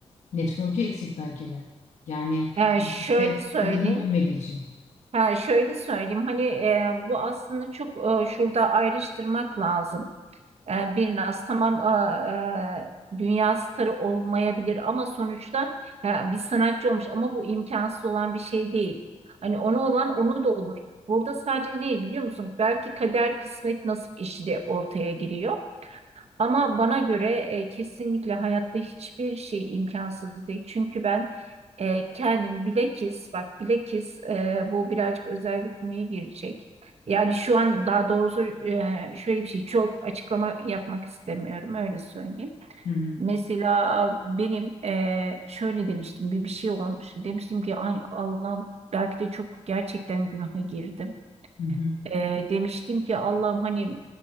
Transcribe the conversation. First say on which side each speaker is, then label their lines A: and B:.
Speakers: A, on the left; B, on the right.
A: Network'ü eksik belki de. Yani
B: Ee, şöyle
A: işte
B: söyleyeyim.
A: ya da dil bilmediği için.
B: Ha, şöyle söyleyeyim hani e, bu aslında çok e, şurada ayrıştırmak lazım. E, bir Naz tamam a- e, dünya starı olmayabilir ama sonuçta e, bir sanatçı olmuş ama bu imkansız olan bir şey değil. Hani onu olan onu da olur. Burada sadece ne biliyor musun? Belki kader, kısmet, nasip işi de ortaya giriyor. Ama bana göre e, kesinlikle hayatta hiçbir şey imkansız değil. Çünkü ben e, kendim bilekis, bak bilekis e, bu birazcık özel bir konuya girecek. Yani şu an daha doğrusu e, şöyle bir şey çok açıklama yapmak istemiyorum öyle söyleyeyim.
A: Hı hı
B: Mesela benim e, şöyle demiştim bir, bir şey olmuş. Demiştim ki hani Allah'ım belki de çok gerçekten günaha girdim.
A: hı hı
B: Ee, demiştim ki Allah'ım hani